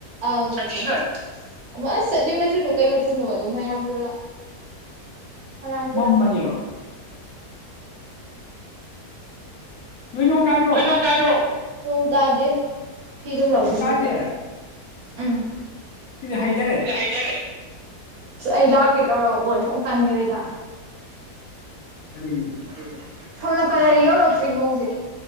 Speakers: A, on the right; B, on the left.
A: ꯑꯥꯎ ꯁꯛꯊꯤꯖꯤꯟꯕꯅꯤ ꯑꯃ ꯑꯁ ꯑꯗꯨꯏ ꯃꯆꯨꯗꫭ ꯀꯩ ꯃꯆꯨꯅꯣꯕ ꯑꯗꯨ ꯃꯔꯥꯡ ꯇꯨꯔꯥꯡ ꯃꯔꯥꯡ ꯇꯨꯔꯥꯡ
B: ꯃꯝꯕꯅꯦꯕ ꯅꯣꯏ ꯅꯣꯡ ꯇꯥꯗ꯭ꯔꯣ
A: ꯅꯣꯏ ꯅꯣꯡ ꯇꯥꯗꯔ꯭ꯣ ꯅꯣꯡ ꯇꯗꯦ <unintelligible> ꯐꯤꯗꯨꯝ ꯂꯧꯖꯤꯟꯂꯨꯒꯦ
B: ꯇꯥꯗꯦ
A: ꯎꯝ
B: ꯁꯤꯗꯤ ꯍꯩꯊꯔꯦ
A: ꯁꯤꯗꯗꯤ ꯍꯩꯗꯥꯔꯦ ꯑꯁ ꯑꯩ ꯂꯥꯛꯀꯦ ꯇꯧꯔꯒ ꯀꫭ ꯑꫭꯟꯊꯣꯛ ꯇꯟꯈ꯭ꯔꯦꯗ
B: ꯑꯗꯨꯅꯤ
A: ꯑꯗꯨꯅꯦ ꯁꯣꯝ ꯅꯀꯜꯗꯤ ꯌꯧꯔꯛꯇ꯭ꯔꯤ ꯅꯣꯡꯁꯦ